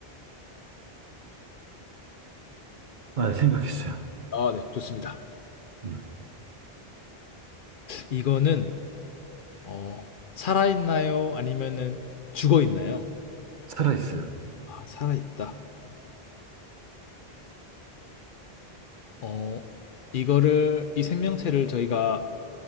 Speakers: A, on the right (about 55°); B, on the left (about 60°).
A: 아, 생각했어요.
B: 아, 네, 좋습니다.
A: 음,
B: 이거는 어, 살아있나요? 아니면은 죽어있나요?
A: 살아있어요.
B: 아, 살아있다. 어, 이거를 이 생명체를 저희가